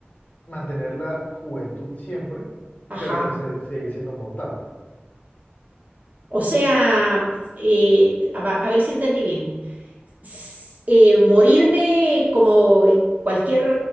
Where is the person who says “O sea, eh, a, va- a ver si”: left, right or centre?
Right